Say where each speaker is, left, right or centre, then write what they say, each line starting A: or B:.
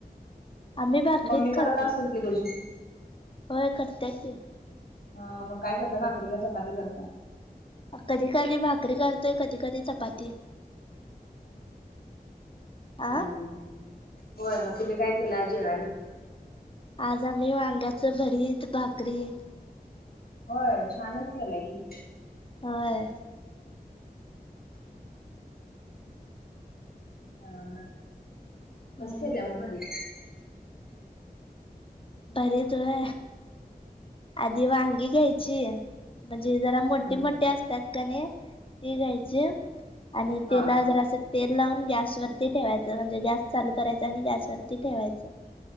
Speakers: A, on the left (about 35°); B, on the left (about 70°).
A: आम्ही भाकरीच
B: मम्मी
A: खातोय
B: करत असेल की तुझी?
A: होय करतेय की.
B: अ मग काय करते भाकरी का चपाती करते?
A: कधी कधी भाकरी करते, कधी कधी चपाती. आ
B: हम्म होय मग तुम्ही काय केल आज जेवायला?
A: आज आम्ही वांग्याच भरीत, भाकरी.
B: होय छानच केलाय की.
A: होय.
B: ह ह
A: हम्म
B: कस केलंय मग भरीत?
A: भरीत व्हय. आधी वांगी घ्यायची म्हणजे जरा मोठे
B: हम्म.
A: मोठे अस त्यातकानय ती घ्यायची आणि
B: हा
A: तेला जरा असे तेल लावून गॅसवरती ठेवायचं म्हणजे गॅस चालू करायच आणि गॅसवर ती ठेवायच